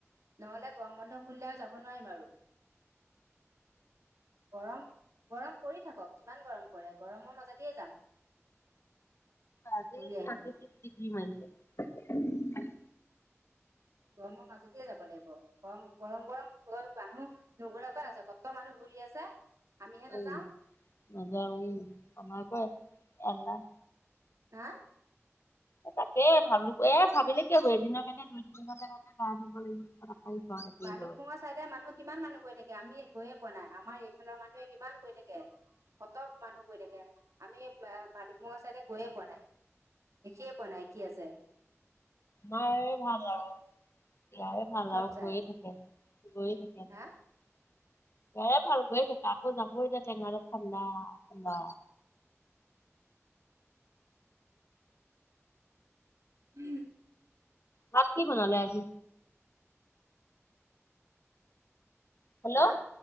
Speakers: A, on the right; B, on the left.
A: নহলে গৰম বন্ধ খুলিলে আৰু যাব নোৱাৰিম আৰু। গৰম, গৰম পৰি থাকক যিমান গৰম পৰে। গৰমৰ মাজতেই যাম। <inaudible>
B: আজি
A: ঘূৰি আহিমগৈ
B: থাৰ্টি চিক্স ডিগ্ৰী মাৰিছে।
A: গৰমৰ মাজতে যাব লাগিব। গৰম, গৰম গৰম কৈ মানুহ নুঘুৰাৰাকৈ আছে? ক'ত মানুহ ঘূৰি ৰি আছে। আমিহে নাযাওঁ
B: উম, মজা উম। <unintelligible> এলাহ
A: না।
B: এ তাকে ঘামিব এ ঘামিলে কি হ'ব এদিনৰ কাৰণে দুই তিনঘন্টাৰ কাৰণে গা ধুব লাগিব আকৌ ঘৰত একেই
A: ভালুকপুঙৰ
B: গৰম।
A: চাইডে মানুহ কিমান মানুহ গৈ থাকে আমি গৈয়ে পোৱা না, আমাৰ এইফালৰ মানুহে কিমান গৈ থাকে। কত মানুহ গৈ থাকে। আমি ভালুকপুঙৰ চাইডে গৈয়ে পোৱা নাই। দেখিয়ে পোৱা নাই কি আছে।
B: তোমাৰে ভাল আৰু। ইয়াৰে ভাল
A: চব
B: আৰু
A: যায়
B: গৈয়ে থাকে, গৈয়ে থাকে। ইয়াৰে
A: হা
B: ভাল গৈয়ে থাকে। আকৌ যাব এতিয়া টেঙাৰত ঠাণ্ডা ঠাণ্ডা।
A: উ।
B: ভাত কি বনালে আজি? হেল্ল,
A: হা